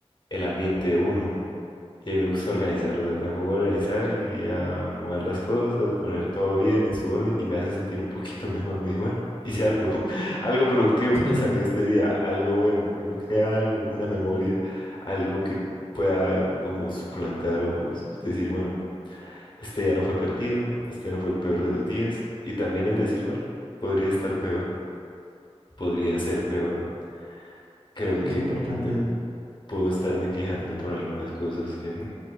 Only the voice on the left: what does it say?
el ambiente de uno, y ahí me gusta organizar, o sea, me pongo a organizar y a mover las cosas, poner todo bien en su orden y me hace sentir un poquito mejor. Me dije, bueno, hice algo, <laughs> algo productivo
salió este día, algo bueno, y uno crea algo, una memoria, algo que pueda como suplantar o s- decir, bueno, este día no fue perdido, este no fue el peor de los días, y también el decir, bueno, podría estar peor, podría ser peor. Creo
que
me-
puedo estarme quejando por algunas cosas que